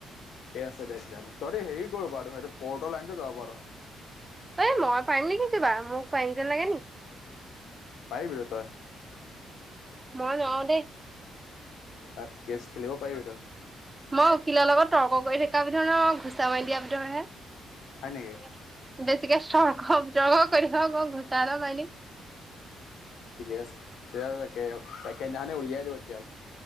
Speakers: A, on the left; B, on the right.
A: ঠিকে আছে দে তেতিয়াহলে। তহঁতি হেৰি কৰিব পাৰ দেখোন সেইটো ক'ৰ্টৰ লাইনত যাব পাৰ দেখোন। <unintelligible>
B: সেই মই পাৰিম নেকি কিবা, মোক পাৰিম যেন লাগে নেকি? <inaudible>
A: পাৰিবিটো তই। <inaudible>
B: মই নোৱাৰো দেই। <inaudible>
A: তাত কেছ খেলিব পাৰিবি তই।
B: মই উকিলৰ লগত তৰ্ক কৰি থকা বিধৰ নহয় মই ঘুচা মাৰি দিয়া ভিতৰত
A: হয় নেকি
B: হে- বেছিকে সগ জগ কৰিব ক ঘূচা এটা মাৰি দিম।
A: ঠিকে আছে তেতিয়া তে একে দিনাখানে উলিয়াই দিব তেতিয়া হ'লে।